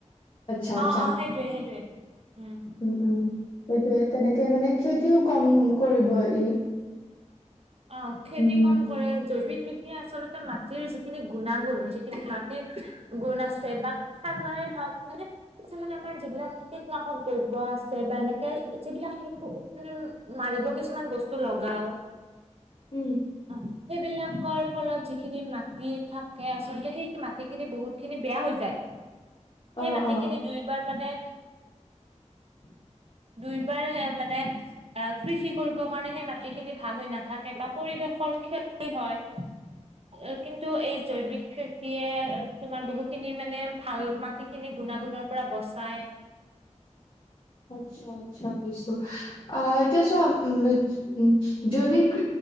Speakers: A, on the left; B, on the right.
A: আচ্ছা আচ্ছা
B: অ অ সেইটোৱে সেইটোয়ে উম
A: উম উম সেইটোয়ে তেনেকে মানে ক্ষতিও কম কৰিব ই
B: অ খেতি
A: উম
B: কম কৰে জৈৱিক সেই আচলতে মাটিৰ যিখিনি গুণাগুণ যিখিনি মাটিৰ গুণ আছে বা খাৰুৱাই হওঁক মানে কিছুমানে আমাৰ যিবিলাক কীটনাশক দ্ৰব্য আছে বা এনেকে যিবিলাক মানে উ মাৰিব কিছুমান বস্তু লগাও
A: উম
B: অ সেইবিলাকৰ ফলত যিখিনি মাটি থাকে আচলতে সেই মাটি খিনি বহুত খিনি বেয়া হৈ যায়
A: <unintelligible>
B: সেই মাটিখিনি
A: অ
B: দুইবাৰ মানে
A: <unintelligible>
B: দুইবাৰ মানে অ কৃষি কৰিব কাৰণে সেই মাটিখিনি ভাল হৈ নাথাকে বা পৰিৱেশৰ ক্ষতি হয় কিন্তু এই জৈৱিক খেতিয়ে তোমাৰ বহু খিনি মানে ভাল মা মাটিখিনি গুণাগুণৰ পৰা বচাই
A: আচ্ছা আচ্ছা <unintelligible>
B: সেইটোৱে
A: জৈৱিক